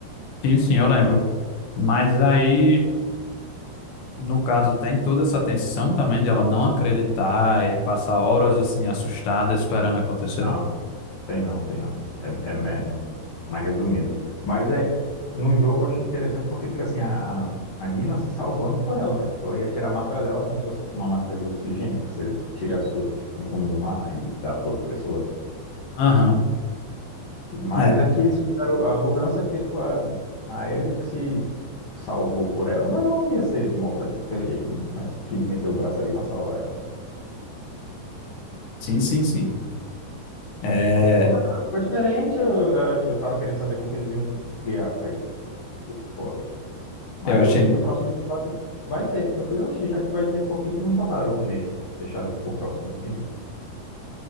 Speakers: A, on the left; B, on the left.
A: sim, sim, eu lembro. Mas aí... No caso, tem toda essa tensão também de ela não acreditar e passar horas assim assustada esperando acontecer.
B: Não, tem não, tem não. É, é menos, mais resumido. Mas é, no jogo eu achei interessante porque fica assim, a, a a Lina se salvando por ela, né? Tipo, ela ia tirar a máscara dela como se fosse tipo, uma máscara de oxigênio, que você tira a sua tipo, no fundo do mar e dá pra outra pessoa.
A: Aham.
B: Mas
A: É,
B: é que eles fizeram a mudança que ficou a, a Ellie que se salvou por ela, mas ela não ia ser morta de qualquer jeito, né? Mas que meteu o braço ali pra salvar ela.
A: sim, sim, sim. É,
B: É, ficou, ficou bacana, ficou diferente. Eu, eu, eu tava querendo saber como que eles iam criar isso fora. Mas
A: eu achei.
B: eu vi que no próximo episódio vai ter. Eu falei, oxi, já que vai ter, por que que não botaram nesse? Deixaram pro próximo, entendi.